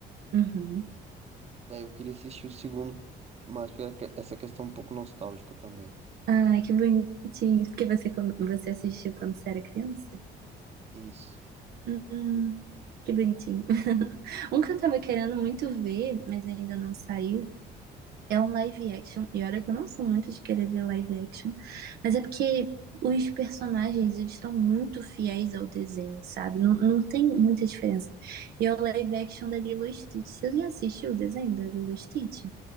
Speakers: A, on the right; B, on the right.
A: Uhum.
B: Daí eu queria assistir o segundo, mas por que- essa questão um pouco nostálgica também.
A: Ah, que bonitinho. Que você, com- você assistiu quando você era criança?
B: Isso.
A: Hum, que bonitinho. <laughs> Um que eu tava querendo muito ver, mas ainda não saiu, É um live action, e olha que eu não sou muito de querer ver live action, mas é porque os personagens, eles estão muito fiéis ao desenho, sabe? Não, não tem muita diferença. E é o live action da Lilo e Stitch. Você já assistiu o desenho da Lilo e Stitch?